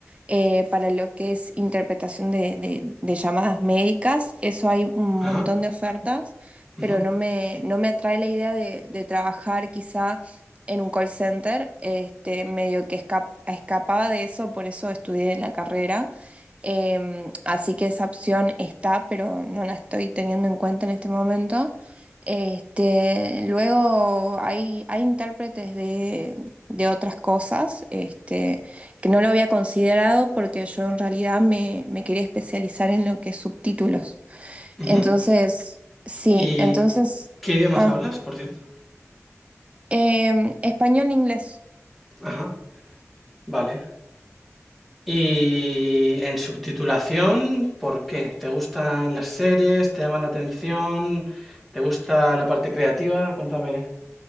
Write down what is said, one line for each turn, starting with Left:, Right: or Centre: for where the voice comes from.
Right: eh, para lo que es interpretación de, de- de llamadas médicas. Eso hay un
Centre: Ajá.
Right: montón de ofertas,
Centre: ujú,
Right: pero no me, no me atrae la idea de, de trabajar quizá en un call center. Este, medio que esca- escapaba de eso, por eso estudié en la carrera. Em, así que esa opción está, pero no la estoy teniendo en cuenta en este momento. Este, luego hay, hay intérpretes de, de otras cosas. Este, que no lo había considerado porque yo en realidad me, me quería especializar en lo que es subtítulos.
Centre: ujú.
Right: Entonces, sí,
Centre: ¿Y
Right: entonces,
Centre: qué idiomas
Right: ah,
Centre: hablas, por cierto?
Right: em, español, inglés.
Centre: Ajá. Vale. Y en subtitulación, ¿por qué? ¿Te gustan las series? ¿Te llaman la atención? ¿Te gusta la parte creativa? Cuéntame.